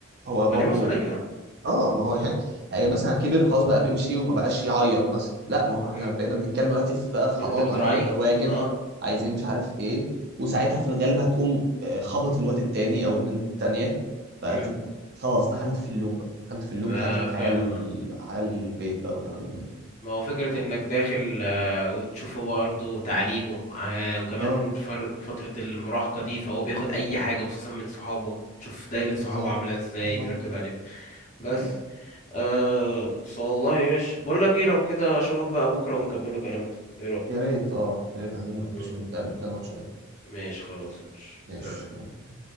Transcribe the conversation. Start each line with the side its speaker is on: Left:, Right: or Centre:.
Right: هو
Left: وعليه
Right: برضو
Left: مسؤولية اه
Right: اه ما هو يعني يعني مثلا كبر خلاص بقى بيمشي وما بقاش يعيط مثلا لا ما هو احنا
Left: مم.
Right: بقينا بنتكلم دلوقتي في بقى في حضانة
Left: اللي انت بتراعيه
Right: عايزين واجب
Left: اه
Right: عايزين مش عارف ايه وساعتها في الغالب هتقوم آه، خبط الواد التاني او البنت التانية بقت
Left: مم.
Right: خلاص دخلت في اللوب بقى دخلت في اللوب
Left: آه،
Right: بتاعت الحياة
Left: فاهم
Right: ال-
Left: آه.
Right: على البيت بقى وكلام من ده
Left: ما هو فكرة انك داخل آه، وتشوفه برضه تعليمه آه، وكمان
Right: اه
Left: فر- فترة المراهقة دي فهو بياخد اي حاجة خصوصا من صحابه تشوف دايرة
Right: بالظبط
Left: صحابه عاملة ازاي
Right: بالظبط
Left: تركز عليها بس
Right: آه.
Left: آه بس والله يا باشا بقول لك ايه لو كده اشوفك بقى بكرة ونكملوا كلامنا ايه رأيك
Right: يا ريت اه يا ريت عايزين
Left: مم.
Right: نتقابل كده نقعد شوية
Left: ماشي خلاص يا باشا
Right: ماشي
Left: سلام
Right: آه.